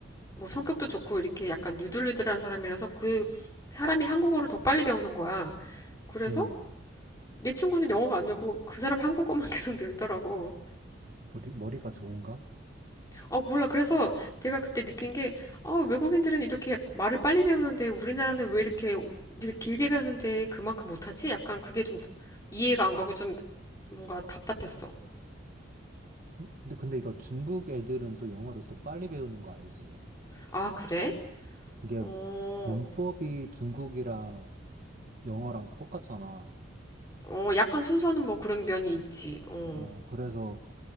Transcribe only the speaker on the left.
뭐 성격도 좋고 이렇게 약간 유들유들한 사람이라서 그 사람이 한국어를 더 빨리 배우는 거야. 그래서
내 친구는 영어가 안 늘고 그 사람 한국어만 <laughs> 계속 늘더라고.
아, 몰라. 그래서 내가 그때 느낀 게, 아, 외국인들은 이렇게 말을 빨리 배우는데 우리나라는 왜 이렇게, 이렇게 길게 배우는데 그만큼 못하지? 약간 그게 좀 이해가 안 가고 좀 뭔가 답답했어.
아, 그래?
어,
어, 약간 순서는 뭐 그런 면이 있지. 어,